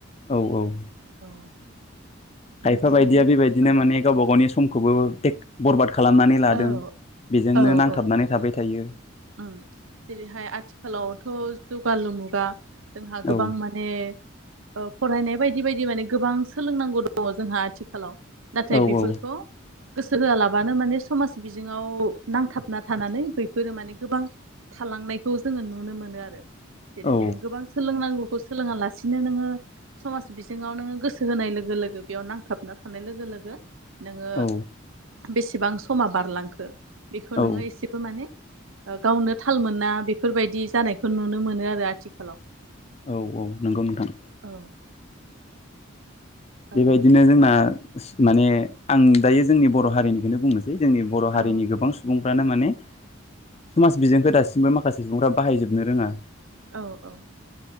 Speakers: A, on the left; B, on the right.
A: औ औ
B: औ
A: खायफा
B: बिदिनो
A: बायदिया बेबायदिनो
B: औ
A: माने गावबा गावनि समखौबो टेग बरबाद खालामनानै लादों
B: औ
A: बेजोंनो
B: औ
A: नांथाबनानै
B: औ
A: थाबाय थायो
B: उम जेरैहाय आथिखालावथ' जौगालु मुगा जोंहा गोबां
A: औ
B: माने ओ फरायनाय बायदि बायदि माने गोबां सोलोंनांगौ दङ जोंहा आथिखालाव नाथाय
A: औ
B: बेफोरखौ
A: औ
B: गोसो होआलाबानो माने समाज बिजोङाव नांथाबना थानानै बैफोरो माने गोबां थालांनायखौ जोङो नुनो मोनो आरो जेरैहाय
A: औ
B: नों गोबां सोलोंनांगौ खौ सोलोङा लासिनो नोङो समाज बिजोङाव नोङो गोसो होनाय लोगो लोगो बेयाव नांथाबना थानाय लोगो लोगो नोङो
A: औ
B: बेसेबां समा बारलांखो बेखौ
A: औ
B: नोङो एसेबो माने ओ गावनो थाल मोना बेफोरबायदि जानायखौ नुनो मोनो आरो आथिखालाव
A: औ औ नंगौ नोंथां
B: औ
A: बेबायदिनो
B: ओ
A: जोंना माने आं दायो जोंनि बर' हारिनिखौनो बुंनो जोंनि बर'
B: औ
A: हारिनि गोबां सुबुंफ्रानो माने समाज बिजोंखौ दासिमबो माखासे सुबुंफ्रा बाहायजोबनो रोङा
B: औ औ